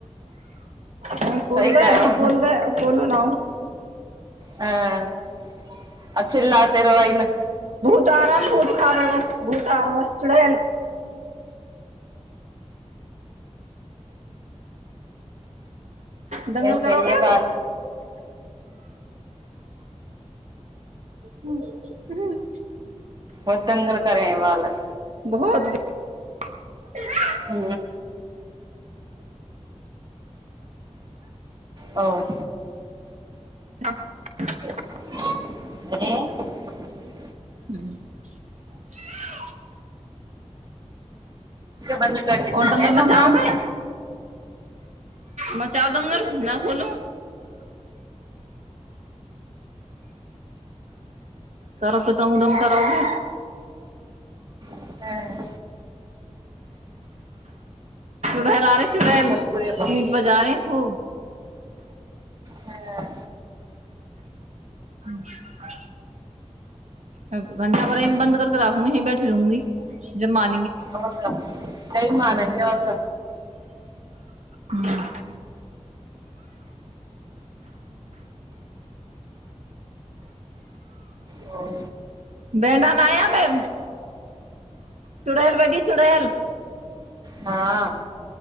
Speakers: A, on the right (about 75°); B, on the right (about 40°).
A: ह कोन
B: सही
A: दे
B: करो
A: कोन दे कोन नओ
B: हँ आ चिल्लााते रहोइमे
A: तारा बहुत खाबे गो भूतारमे चूड़ैल दंगल
B: ऐसे
A: करोगे
B: ये
A: अब
B: बाल
A: हूँ
B: ओतंगल करेह बालक
A: बहुत <inaudible>
B: ह आओर
A: नहि
B: <unintelligible>
A: ह्म
B: बन्द कर द
A: और दंगल
B: है कमरामे
A: मचाओगे मचाउ दंगल न खोलूं करो कितना उदम करोगे
B: हैं,
A: भ लरे सीट
B: बहुत बुरे बाल
A: बजा रहे हैं खूब
B: हैं,
A: <unintelligible> घंटा बेमे बन्द करके राखू यही बैठी रहूंगी जब म
B: आक दैमा नन आक
A: हँ
B: ओ,
A: बेड नामे चुड़ैेल बैठी चुड़ैेल
B: हँ